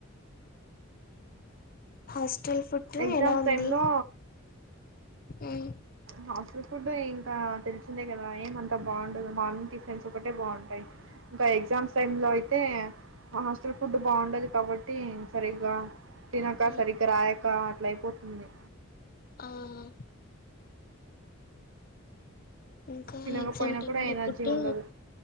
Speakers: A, on the left; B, on the right.
A: హాస్టల్ ఫుడ్డు
B: ఎగ్జామ్స్
A: ఎలా ఉంది
B: టైంలో
A: ఉమ్
B: హాస్టల్ ఫుడ్ ఇంకా తెల్సిందే కదా ఏమంత బాగుండదు మార్నింగ్ టి ఫ్రెంసొకటె బాగుంటై ఇంకా ఎగ్జామ్స్ టైమ్ లో అయితే హాస్టల్ ఫుడ్ బాగుండది కాబట్టి సరిగ్గ తినక
A: ఉమ్,
B: సరిగ్గ రాయకా లైట్ పోతుంది.
A: ఆహా ఇంకా
B: తినకపోయినా
A: ఎగ్జామ్ టైమ్
B: కూడా
A: లో
B: ఎనర్జీ
A: ఫుడ్డు
B: ఉండదు